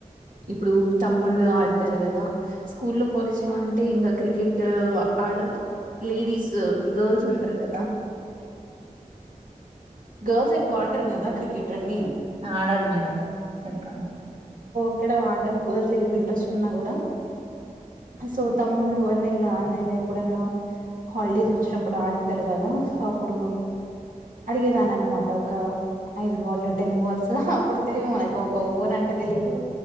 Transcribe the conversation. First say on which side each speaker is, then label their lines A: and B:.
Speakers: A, on the right; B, on the right.
A: ఇప్పుడు తమ్ముళ్ళు ఆడతారు కదా స్కూల్లో కాలేజ్ లో అంటే ఈంగ క్రికెట్ ఆడు లేడీస్ గల్స్ ఉంటారు కదా. గర్ల్ స్ ఎక్కువ ఆడారు కదా క్రికెట్ అనిండి.
B: ఆడరు మేడం చెప్పండి
A: ఇక్కడ ఆడడం కుదరలేదు ఇంట్రెస్ట్ ఉన్నా కూడా సో తమ్ముళ్ళు అన్నయ్యలా అన్నయ్యలా ఎప్పుడన్నా హాలిడేస్ వచ్చినప్పుడు ఆడతారు కదా సో అప్పు. ఇప్పుడు అడిగేదాన్ని అనమాట ఒక ఐదు బాల్ టెన్ బాల్స్ అప్పుడు తెలివి మనకి ఒక ఓవర్ అంటే తెలీయదు.